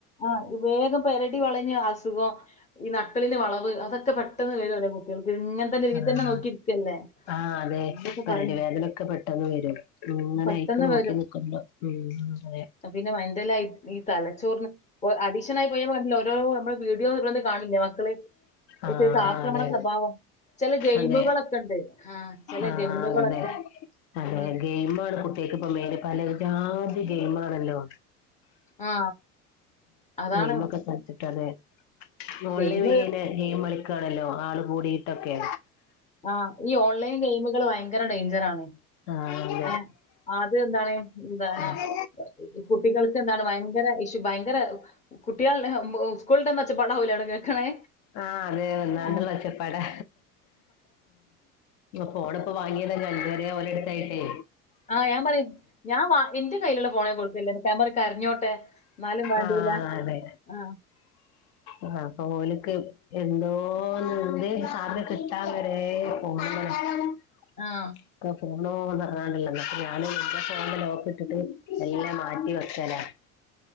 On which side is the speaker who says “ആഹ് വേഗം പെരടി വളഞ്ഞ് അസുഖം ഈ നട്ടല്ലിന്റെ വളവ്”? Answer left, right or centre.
Left